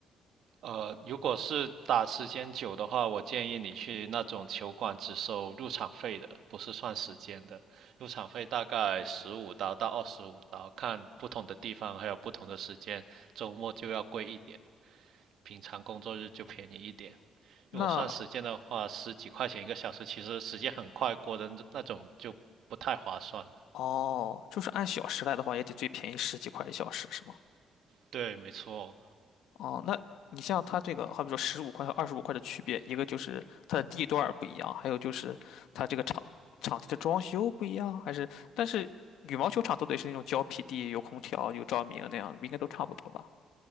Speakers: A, on the right (about 70°); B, on the left (about 85°).
A: 呃，如果是打时间久的话，我建议你去那种球馆只收入场费的，不是算时间的。入场费大概十五刀到二十五刀，看不同的地方还有不同的时间，周末就要贵一点，平常工作日就便宜一点。如果算时间的话，
B: 那
A: 十几块钱一个小时，其实时间很快过的那种就不太划算。
B: 哦，就是按小时来的话，也得最便宜十几块一小时，是吗？
A: 对，没错，
B: 哦，那你像它这个，好比说十五块和二十五块的区别，一个就是它的地段儿不一样，还有就是它这个场场地的装修不一样，还是但是羽毛球场都得是那种胶皮地，有空调、有照明那样，应该都差不多吧？